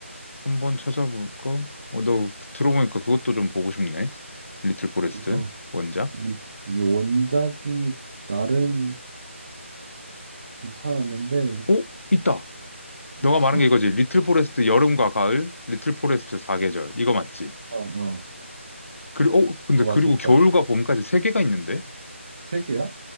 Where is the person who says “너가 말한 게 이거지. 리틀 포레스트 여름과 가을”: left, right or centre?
Left